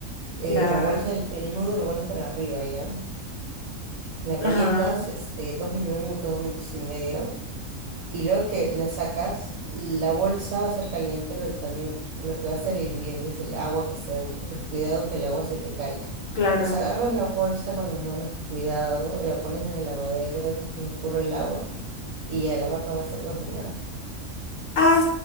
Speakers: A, on the right (about 75°); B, on the left (about 70°).
A: eh,
B: ya,
A: la bolsa, el, el nudo lo pones para arriba ya. La
B: ajá,
A: calientas este, dos minutos, dos minutos y medio. Y luego que la sacas, la bolsa va a estar caliente, pero también lo que va a estar hirviendo es el agua que está dentro. Entonces, cuidado que el agua se te caiga.
B: claro.
A: Desagarras la bolsa con las manos con cuidado, la pones en el lavadero, dejas que se escurra el agua y ya la papa va a estar cocinada.
B: Ah,